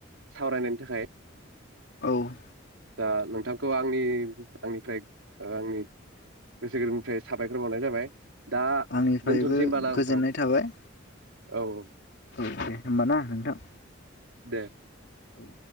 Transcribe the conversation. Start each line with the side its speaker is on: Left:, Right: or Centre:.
Right: सावरायनायनि थाखाय
Left: औ
Right: ओ नोंथांखौ आंनि आंनिफ्राय आंनि गोसो गोरबोनिफ्राय साबायखर बावनाय जाबाय दा
Left: आंनिफ्रायबो
Right: दोनथ'नोसै होमबा ना नोंथां
Left: गोजोननाय थाबाय
Right: औ औ
Left: औ औ दे होमबा ना नोंथां
Right: दे
Left: औ